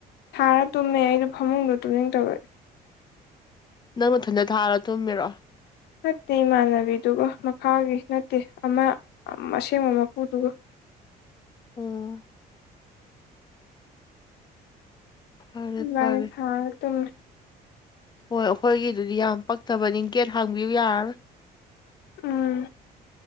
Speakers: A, on the left; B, on the left.
A: ꯊꯥꯔ ꯇꯨꯝꯃꯦ ꯑꯩꯗꯣ ꯐꯃꯨꯡꯗꯣ ꯇꯨꯝꯅꯤꯡ ꯇꯕꯩ
B: ꯅꯪ ꯅꯊꯟꯇ ꯊꯥꯔ ꯇꯨꯝꯃꯤꯔꯣ
A: ꯅꯠꯇꯦ ꯏꯃꯥꯟꯅꯕꯤꯗꯨꯒ ꯃꯈꯥꯒꯤ ꯅꯠꯇꯦ ꯑꯃ ꯑꯁꯦꯡꯕ ꯃꯄꯨꯗꯨꯒ
B: ꯎꯝ ꯐꯔꯦ
A: ꯏꯕꯥꯅꯤ
B: ꯐꯔꯦ
A: ꯊꯥꯔ ꯇꯨꯝꯃꯦ
B: ꯍꯣꯏ ꯑꯩꯈꯣꯏꯒꯤꯗꯨꯗꯤ ꯌꯥꯝ ꯄꯛꯇꯕꯅꯤ ꯒꯦꯠ ꯍꯥꯡꯕꯤꯌꯨ ꯌꯥꯔꯔꯣꯏ
A: ꯎꯝ